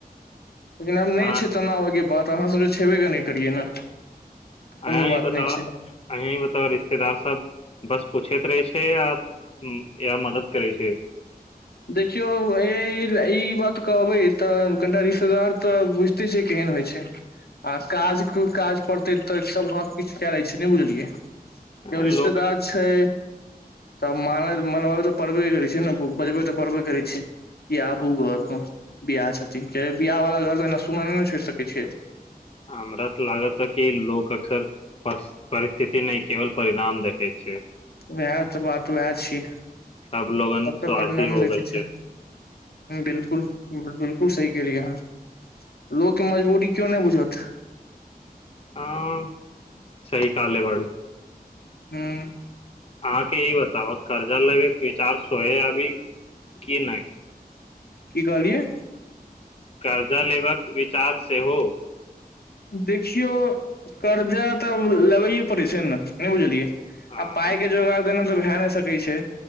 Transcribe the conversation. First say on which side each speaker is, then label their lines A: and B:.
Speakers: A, on the left; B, on the left.
A: लेकिन आब
B: अ
A: नहि छै तना होय के बात अहाँ सब जे। छबेग नहि करियए ने। कोनो
B: अहाँ ही
A: बात
B: बताउ
A: नहि छै
B: अहाँ ही बताउ रिश्तेदार सब बस पूछैत रहे छै या या मदद करै छै।
A: देखियौ ई बात कहबै तऽ कनिटा रिश्तेदार तऽ बुझते छै। केहन होइ छै। आ काज काज पड़ते तऽ सब हाथ किछु कए ले छै ने बुझलियै
B: अ,
A: के रिश्तेदार
B: लोक
A: छै। तब म मन तऽ पढ़बे करै छै ने बजबै तऽ। पबे करै छ कि आबू घर पर बिियाह छथिन बिियाह वालला घर तऽ एना सुना नहि ने छोड़ि सकै छ।
B: हमरा तऽ लागत कि लोग अक्सर पर परिस्थिती नय केवल परिणाम देखे छै
A: त यह त बात। तऽ वएह छियै
B: अब लोगन
A: सब
B: स्वार्थी
A: तऽ परिणाम
B: हो
A: देखे
B: गेल
A: छै। बिलकुल बिलकुल सही केलियै अहाँ लोगके मजबूरी क्यो नहि बुझत।
B: हँ सही कहले बअडु।
A: हँ।।
B: अहाँ के ई बताउ कर्जा ले क <inaudible>
A: की कहलियै
B: कर्जा लेबाक विचार सेहो।
A: देखियौ कर्जा तऽ लेबैए पड़ै छै ने नहि बुझलियै। आ
B: अ
A: पाइ के जोगार ओना - भए नहि सकै छै